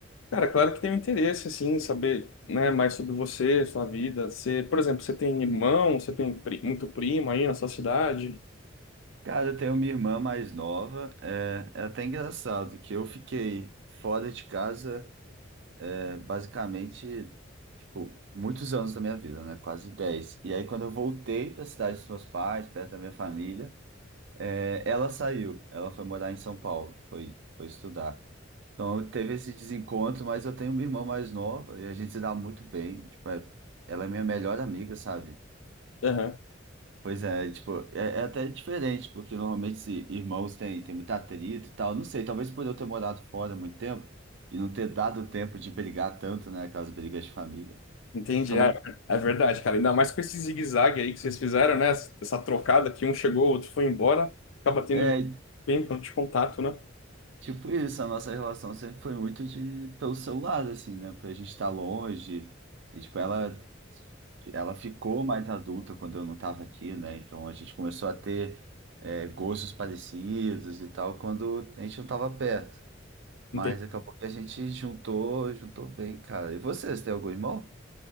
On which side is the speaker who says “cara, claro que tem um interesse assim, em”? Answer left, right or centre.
Left